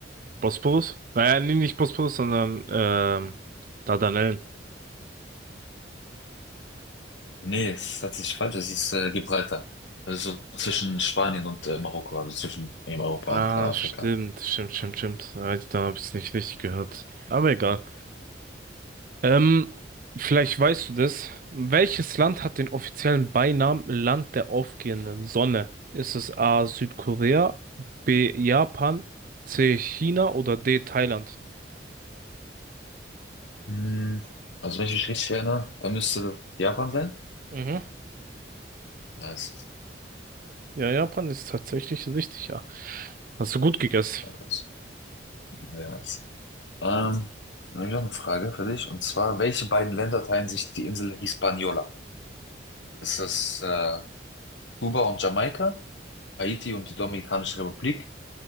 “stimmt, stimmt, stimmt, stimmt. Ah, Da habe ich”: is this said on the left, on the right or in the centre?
Right